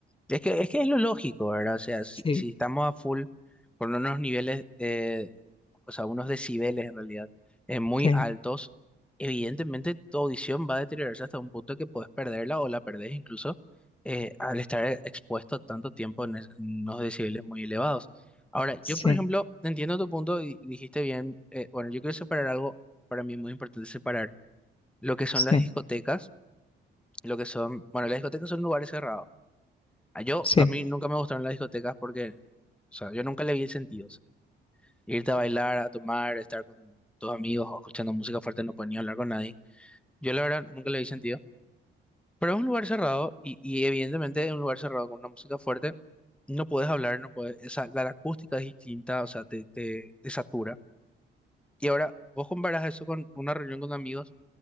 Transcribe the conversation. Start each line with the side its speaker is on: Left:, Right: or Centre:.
Centre: Es que, es que es lo lógico, ¿verdad? O sea, si,
Left: Sí,
Centre: si estamos a full con unos niveles, eh, o sea, unos decibeles en realidad, eh, muy
Left: sí,
Centre: altos, evidentemente tu audición va a deteriorarse hasta un punto que puedes perderla o la perdés incluso eh, al estar expuesto tanto tiempo en, es- en unos decibeles muy elevados. Ahora, yo,
Left: sí,
Centre: por ejemplo, entiendo tu punto y y dijiste bien, eh, bueno, yo quiero separar algo, para mí muy importante separar lo que son
Left: sí,
Centre: las discotecas, lo que son, bueno, las discotecas son lugares cerrados a- Yo,
Left: sí.
Centre: a mí nunca me gustaron las discotecas porque, o sea, yo nunca le vi el sentido. o sea, irte a bailar, a tomar, estar con tus amigos, o escuchando música fuerte, no podía hablar con nadie. Yo, la verdad, nunca le vi sentido. Pero es un lugar cerrado y, y evidentemente, en un lugar cerrado con una música fuerte, no puedes hablar, no puedes, esa, la, la acústica es distinta, o sea, te, te, te satura. Y ahora, vos comparas eso con una reunión con amigos